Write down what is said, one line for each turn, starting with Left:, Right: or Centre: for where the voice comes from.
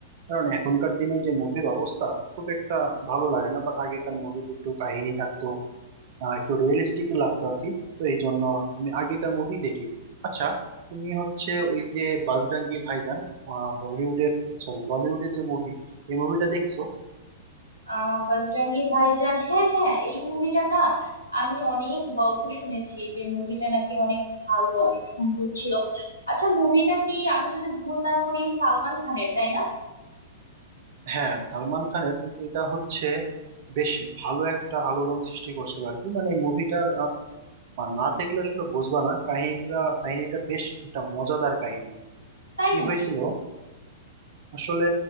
Right: কারণ এখনকার দিনে যে মুভির অবস্থা খুব একটা ভালো লাগে না বাট আগেকার মুভিতে একটু কাহিনী থাকতো আহ, একটু রিয়েলিস্টিক লাগতো আর কি তো এই জন্য আমি আগেকার মুভি দেখি আচ্ছা তুমি হচ্ছে ওই যে বাজরাঙ্গি ভাইজান আহ, হলিউডের সরি বলিউডের যে মুভি এই মুভিটা দেখছো
Left: আহ বজরঙ্গি ভাইজান হ্যাঁ হ্যাঁ এই মুভিটা না আমি অনেক গল্প শুনেছি যে মুভিটা নাকি অনেক ভালো অনেক সুন্দর ছিল আচ্ছা মুভিটা কি আমি যদি ভুল না করি সালমান খানের তাই না
Right: হ্যাঁ সালমান খানের কিন্তু এটা হচ্ছে বেশ ভালো একটা আলোড়ন সৃষ্টি করছিল আর কি মানে এই মুভিটার না দেখলে আসলে বুঝবা না কাহিনীটা কাহিনীটা বেশ একটা মজাদার কাহিনী
Left: তাই
Right: কি
Left: নাকি
Right: হয়েছিল আসলে